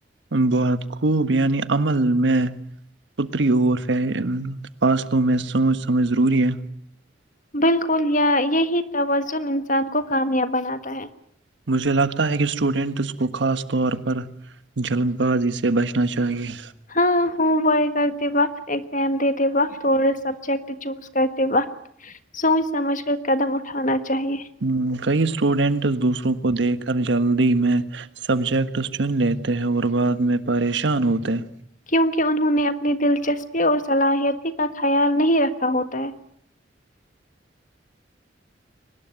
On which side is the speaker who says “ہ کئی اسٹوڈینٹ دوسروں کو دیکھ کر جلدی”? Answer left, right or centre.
Right